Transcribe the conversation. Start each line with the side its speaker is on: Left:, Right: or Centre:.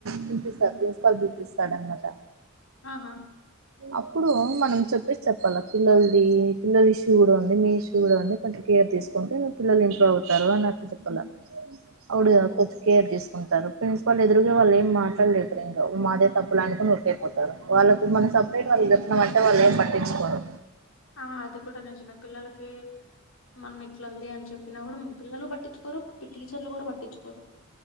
Right: పిలిపిస్తారు ప్రిన్సిపాల్ పిలిపిస్తాడనమాట
Left: ఆహా
Right: అప్పుడు మనం చెప్పేసి చెప్పాల పిల్లల్ది పిల్లల ఇష్యూ కూడా ఉంది మీ ఇష్యూ కూడా ఉంది కొంచం కేర్ తీసుకుంటే పిల్లలు ఇంప్రూవ్ అవుతారు అన్నట్లు చెప్పాల అప్పుడు
Left: అవునులేండి
Right: చెప్పచ్చు కేర్ తీసుకుంటారు ప్రిన్సిపాల్ ఎదురుగ వాళ్ళు ఏం మాట్లాడలే సరింగ మాదే తప్పులు అనుకుని ఉరికైపో తరు వాళ్ళకు మనం సెపరేట్ వాళ్ళకి చెప్పినమంటే వాళ్ళు ఏం పట్టించుకోరు
Left: ఆ అది కూడా నిజమే పిల్లలకి మనం ఇట్లుంది అని చెప్పినా కూడా పిల్లలు బట్ ట్టించుకోరు టిచర్లు కూడా పట్టించుకోరు